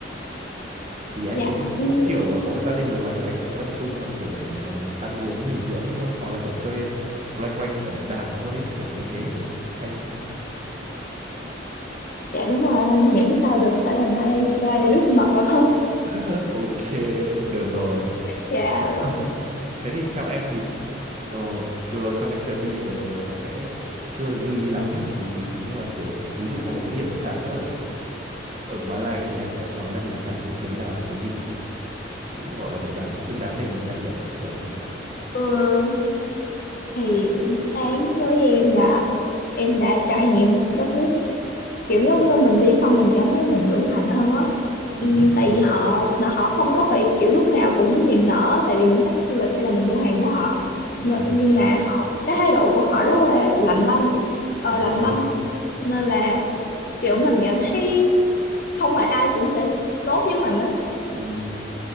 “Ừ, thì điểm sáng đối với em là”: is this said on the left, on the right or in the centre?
Left